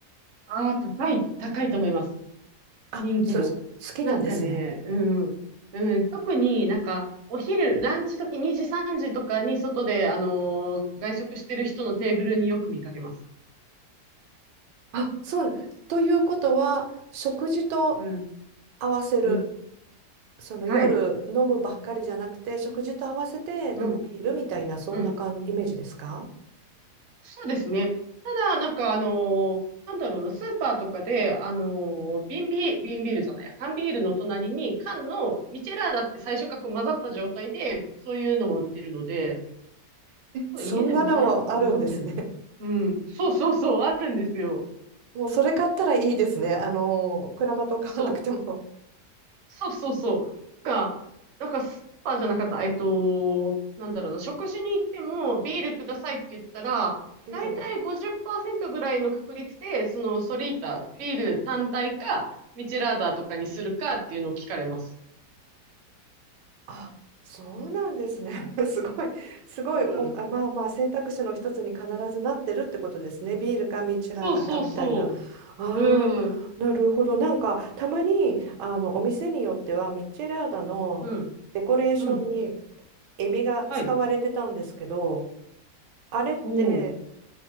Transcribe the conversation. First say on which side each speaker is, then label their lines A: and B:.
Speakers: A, on the right; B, on the right.
A: ああ、高い、高いと思います。
B: あ、
A: 人気度。
B: そ、好きなんですね。
A: なんかね、うん。うん、特になんか、お昼、ランチ時2時、3時とかに外で、あのー外食してる人のテーブルによく見かけます。
B: あ、そうな。ということは、食事と
A: うん。
B: 合わせる、
A: うん。
B: その夜飲むばっかりじゃなくて、
A: はい。
B: 食事と合わせて飲むビールみたいな、
A: うん。
B: そんな感イメージですか
A: うん。そうですね。ただ、なんかあのーなんだろうな、スーパーとかで、あのー瓶ビール、瓶ビールじゃないや、缶ビールの隣に缶のミチェラーだって最初からこう混ざった状態で、そういうのも売ってるので、
B: そんなのもあるんですね。
A: 家でもさらっと飲んでる。うん、そうそうそう、あるんですよ。
B: もうそれ買ったらいいですね。あの、クラマト買わなくても。
A: そう。そうそうそう。が、なんかスーパーじゃなかった。えっと、なんだろうな。食事に行ってもビールくださいって言ったら、
B: ええ
A: だいたい50%ぐらいの確率で、そのソリータ、ビール単体か、ミチェラーダとかにするかっていうのを聞かれます。
B: あ、そうなんですね。<laughs> すごい、すごいお、
A: うん。
B: あ、まあまあ選択肢の一つに必ずなってるってことですね。ビールかミチラーダかみたいな。
A: そうそうそ
B: ああ、
A: う。うん。
B: なるほど。なんかたまにあのお店によってはミチラーダのデコレーションに
A: うん。うん。
B: エビが使われてたんですけど、
A: はい。
B: あれって、
A: ほう。